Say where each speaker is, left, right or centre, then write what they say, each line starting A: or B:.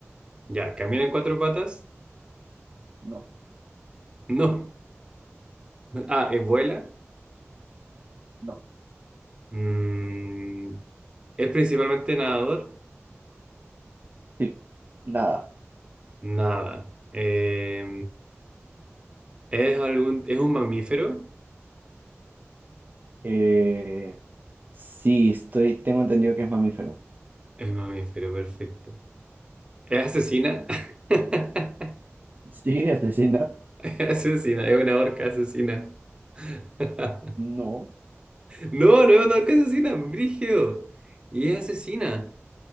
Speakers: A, on the right (about 20°); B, on the right (about 40°).
A: Ya, ¿camina en cuatro patas?
B: No,
A: No. Ah, ¿eh, ¿vuela?
B: no.
A: Mm, ¿es principalmente nadador?
B: Sí, nada.
A: Nada. Eh, ¿es algún, es un mamífero?
B: Eh, sí, estoy, tengo entendido que es mamífero.
A: Es un mamífero, perfecto. ¿Es asesina? <laughs>
B: Sí, <laughs> asesina.
A: Es asesina, es una orca asesina. <laughs>
B: No,
A: No, no es una orca asesina, brígido. Y es asesina.